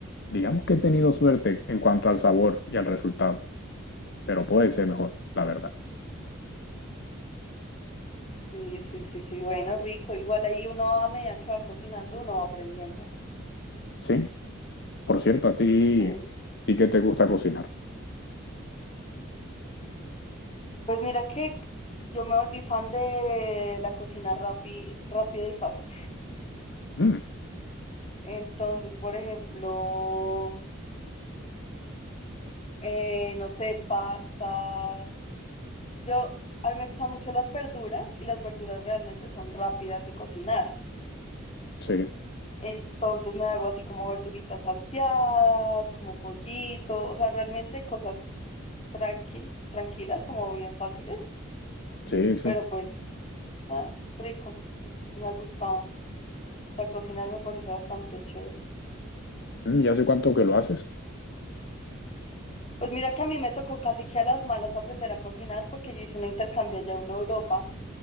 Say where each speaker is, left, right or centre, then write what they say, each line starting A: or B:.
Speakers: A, on the left; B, on the left.
A: digamos que he tenido suerte en cuanto al sabor y al resultado, pero puede ser mejor, la verdad.
B: Sí, sí, sí, sí, bueno, rico. Igual ahí uno a medida que va cocinando, uno va aprendiendo.
A: Sí, por cierto, a ti,
B: Sí.
A: ¿y qué te gusta cocinar?
B: Pues mira que yo me volví fan de la cocina rapi- rápida y fácil.
A: Mm,
B: Entonces, por ejemplo... eh, no sé, pastas. Yo, a mí me gustan mucho las verduras y las verduras realmente son rápidas de cocinar.
A: sí,
B: Entonces me hago así como verduritas salteadas, como pollito, o sea, realmente cosas tranquil, tranquilas, como bien fáciles,
A: sí, sí.
B: pero pues, ah, rico, me ha gustado. O sea, cocinar me parece bastante chévere.
A: Mm, ¿y hace cuánto que lo haces?
B: Pues mira que a mí me tocó casi que a las malas aprender a cocinar porque yo hice un intercambio allá en Europa.